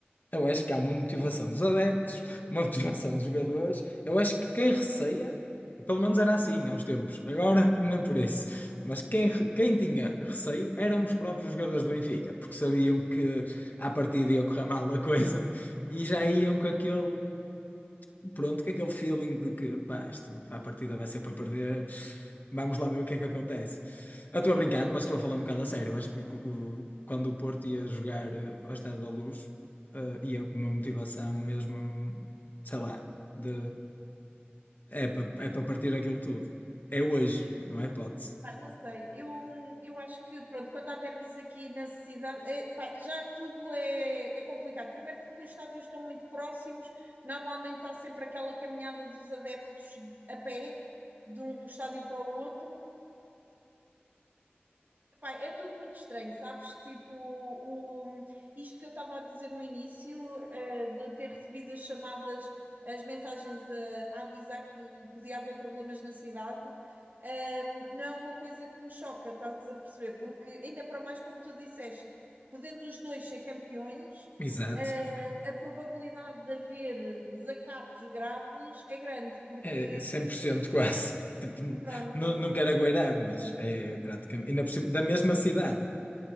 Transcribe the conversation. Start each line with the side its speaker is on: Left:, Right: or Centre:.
Left: Eu acho que há uma motivação dos adeptos, uma motivação dos jogadores. Eu acho que quem receia, pelo menos era assim há uns tempos, agora <laughs> nem por isso, mas quem, quem tinha receio eram os próprios jogadores do Benfica, porque sabiam que à partida ia correr mal a coisa e já iam com aquele, hum, pronto, com aquele feeling de que pá, isto, à partida vai ser para perder, vamos lá ver o que é que acontece. Eu estou a brincar, mas estou a falar um bocado a sério. Eu acho que o- o- quando o Porto ia jogar eh, ao Estádio da Luz eh, e eu, uma motivação mesmo, sei lá, de, é para é para partir aquilo tudo. É hoje, não é hipótese.
Right: Pá, não sei, eu, hum, eu acho que, pronto, quando há derbys aqui na cidade, eh, pá, já tudo é, é complicado. Primeiro porque os estádios estão muito próximos, normalmente há sempre aquela caminhada dos adeptos a pé, de um estádio para o outro. Pá, é tudo muito estranho, sabes? Tipo, o, isto que eu estava a dizer no início, eh, de ter recebido as chamadas, as mensagens a, a avisar que podia haver problemas na cidade, ehm, não é uma coisa que me choca, estás a perceber? Porque, ainda para mais, como tu disseste, podendo os dois ser campeões,
Left: Exato.
Right: eh, a probabilidade de haver desacatos graves é grande, porque,
Left: É é 100% quase. <laughs> Tipo,
Right: pronto.
Left: não, não quero agoirar, mas é praticamente. Ainda por cima, da mesma cidade.